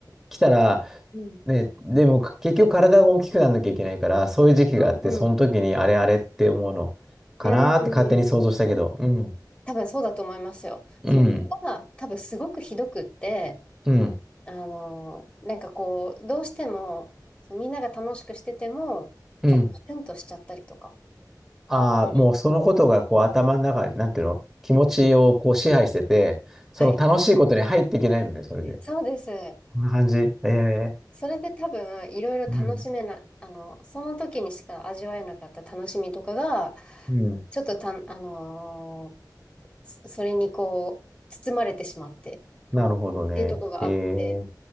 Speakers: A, in the centre; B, on the left.
A: 来たら、
B: うん。
A: ね、でも結局体が大きくなんなきゃいけないから、そういう時期があって、
B: うんうん。
A: その時にあれあれって思うのかなーって勝手に想像したけど。
B: うん。
A: うん、
B: 多分そうだと思いますよ。
A: うん、
B: それが多分すごくひどくって、
A: うん、
B: あの、なんかこう、どうしても、そうみんなが楽しくしてても、
A: うん。
B: ちょっとシュンとしちゃったりとか。
A: ああ、
B: うん
A: もうそのことがこう頭の中、なんていうの、気持ちをこう支配してて、その楽しいことに入っていけないのね、
B: はい。
A: それで。
B: そうです。
A: こんな感じ。ええ
B: それで多分、いろいろ楽しめな、
A: うん。
B: あの、その時にしか味わえなかった楽しみとかが、
A: うん。
B: ちょっとたん、あのーそそれにこう、包まれてしまってっ
A: なるほどね。
B: ていうところがあって、
A: ええ